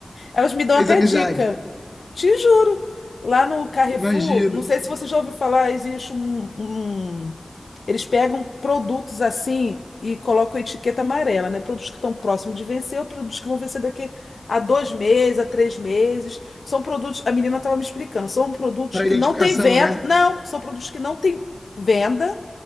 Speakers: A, on the left (about 75°); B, on the left (about 30°).
A: Elas me dão
B: fez
A: até
B: amizade,
A: dica. Te juro. Lá no Carrefour,
B: imagino.
A: não sei se você já ouviu falar, existe um, um- Eles pegam produtos assim e colocam etiqueta amarela, né? Produtos que estão próximos de vencer ou produtos que vão vencer daqui a dois meses, a três meses. São produtos. A menina estava me explicando, são produtos
B: Para
A: que
B: identificação,
A: não têm venda.
B: né?
A: Não, são produtos que não têm venda,